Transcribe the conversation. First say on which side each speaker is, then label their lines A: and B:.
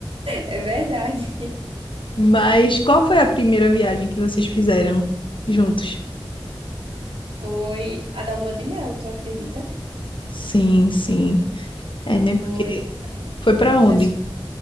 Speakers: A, on the right; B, on the left.
A: é verdade.
B: Mas qual foi a primeira viagem que vocês fizeram juntos?
A: Foi a da lua de mel, tu acredita?
B: Sim, sim. É, né?
A: Foi.
B: Porque foi pra onde?
A: Nós,